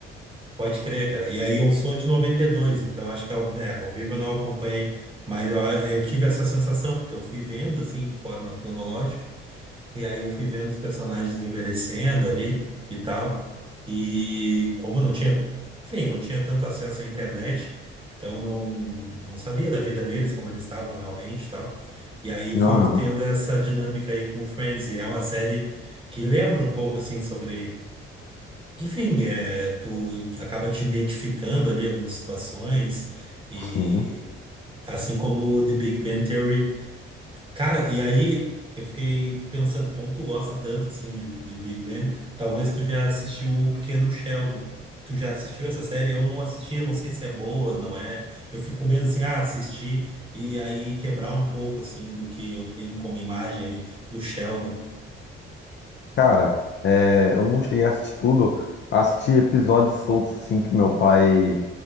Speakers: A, on the right (about 20°); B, on the left (about 40°).
A: Pode crer, cara. E aí eu sou de 92, então acho que ao, né, ao vivo eu não acompanhei, mas eu, eu tive essa sensação, porque eu fui vendo assim, de forma cronológica, e aí eu fui vendo os personagens envelhecendo ali e tal. E como eu não tinha, enfim, não tinha tanto acesso à internet, então não, não sabia da vida deles, como eles estavam realmente e tal. E aí eu
B: Aham,
A: fui tendo essa dinâmica aí com o Friends, e é uma série que lembra um pouco assim sobre enfim, é, tu acaba te identificando ali algumas situações e
B: sim.
A: assim como o The Big Bang Theory. Cara, e aí eu fiquei pensando, como tu gosta tanto assim de, de Big Bang, talvez tu já assistiu o Pequeno Sheldon. Tu já assistiu essa série? Eu não assisti, eu não sei se é boa, não é. Eu fico com medo assim, ah, assistir e aí quebrar um pouco assim do que eu tenho como imagem ali do Sheldon.
B: Cara, é, eu não cheguei a assistir tudo. Assisti episódios soltos, assim, que meu pai...